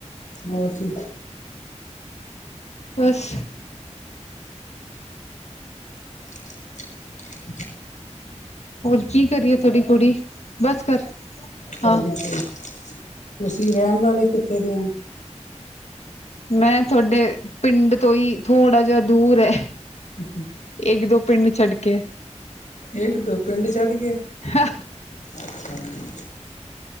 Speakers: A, on the left; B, on the left.
A: ਹੋਰ ਜੀ?
B: ਬਸ।
A: <unintelligible>
B: ਹੋਰ ਕੀ ਕਰ ਰੀਏ ਤੁਹਾਡੀ ਕੁੜੀ? ਬਸ ਕਰ।
A: ਸਾਡੀ
B: ਹਾਂ
A: ਤੇ, ਤੁਸੀਂ ਰਹਿਣ ਵਾਲੇ ਕਿੱਥੇ ਦੇ ਹੋ?
B: ਮੈਂ ਤੁਹਾਡੇ ਪਿੰਡ ਤੋਂ ਹੀ, ਥੋੜਾ ਜਿਹਾ ਦੂਰ ਹੈ।
A: ਹੂੰ-ਹੂੰ।
B: ਇੱਕ- ਦੋ ਪਿੰਡ ਛੱਡ ਕੇ।
A: ਇੱਕ, ਦੋ ਪਿੰਡ ਛੱਡ ਕੇ।
B: ਹਾਂ
A: ਅੱਛਾਾਂ ਜੀ।